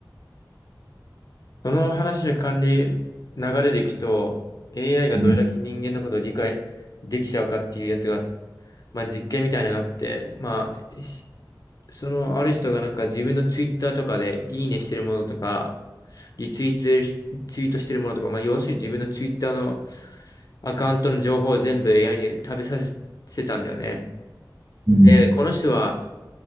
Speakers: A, on the left (about 50°); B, on the right (about 25°).
A: その話の管理流れでいくと、AI がどれだけ人間のことを理解できちゃうかっていうやつが、
B: うん
A: まあ実験みたいなのがあって、まあ、しそのある人がなんか自分のツイッターとかでいいねしてるものとか、リツイートしてるツイートしてるものとか、まあ要するに自分のツイッターのアカウントの情報を全部 AI に食べさせてたんだよね。
B: うん
A: で、この人は、